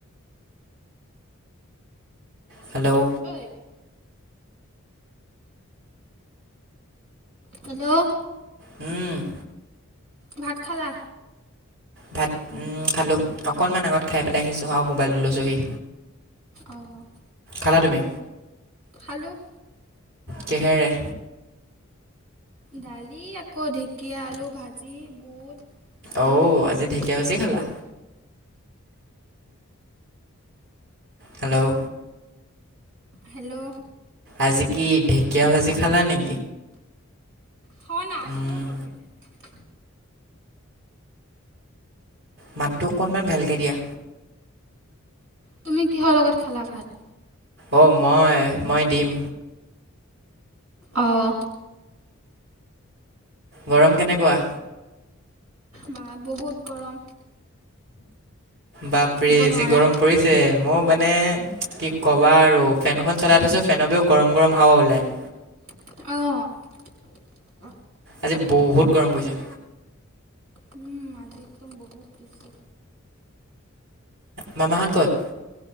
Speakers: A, on the right; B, on the right.
A: হেল্ল'
B: ঐ হেল্ল'
A: উম
B: ভাত খালা
A: ভাত খালোঁ অকণমান আগত খাই পেলাই আহিছোঁ আৰু মোবাইলত লৈছোঁহি
B: অ',
A: খালা তুমি?
B: খালোঁ।
A: কিহেৰে?
B: দালি আকৌ ঢেকীয়া, আলু ভাজি, বুট।
A: অ',
B: পিঁয়াজ
A: আজি
B: কাটি
A: ঢেকীয়া
B: পেলাই
A: ভাজি
B: এনেকৈ
A: খালা।
B: খালোঁ।
A: হেল্ল'
B: হেল্ল'
A: আজ কি ঢেকীয়া ভাজি খালানি?
B: থ' না
A: উম,
B: থ' বাপেৰে।
A: মাতটো অকণমান ভালকে দিয়া।
B: তুমি কিহৰ লগত খালা ভাত?
A: অ', মই - মই দিম।
B: অ',
A: গৰম কেনেকুৱা?
B: বা বহুত গৰম।
A: বাপৰে
B: থাকিব নোৱাৰা।
A: যি গৰম পৰিছে মই মানে কি কবা আৰু ফেনখন চলাই থৈছো ফেনৰ পৰাওঁ গৰম গৰম হাৱা ওলাই।
B: অ',
A: আজি বহুত গৰম পৰিছে।
B: উম, আজি একদম বহুত বেছি।
A: মামাহত কত?